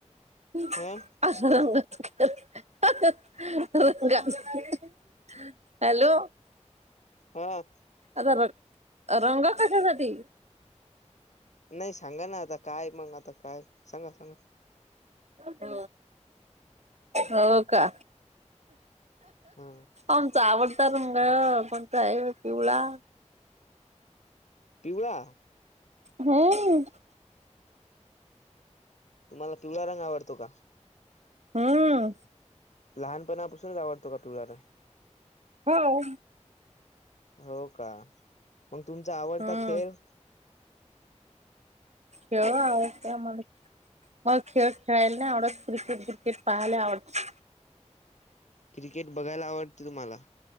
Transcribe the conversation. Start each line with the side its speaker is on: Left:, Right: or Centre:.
Right: <unintelligible>
Left: हा
Right: हॅलो.
Left: हा.
Right: माझा रंग रंग कशासाठी?
Left: नाही सांगा ना आता काय मग आता काय सांगा सांगा.
Right: अ हो का.
Left: हा
Right: आमचा आवडता रंग कोणता आहे पिवळा.
Left: पिवळा?
Right: हम्म.
Left: तुम्हाला पिवळा रंग आवडतो का?
Right: हम्म.
Left: लहान पणापासूनच आवडतो का पिवळा रंग.
Right: हो.
Left: हो का मग तुमचा आवडता
Right: हम्म
Left: खेळ.
Right: खेळ <unintelligible> मग खेळ खेळायला नाही आवडत क्रिकेट ब्रिकेट पाहाले आवडते.
Left: क्रिकेट बघायला आवडते तुम्हाला.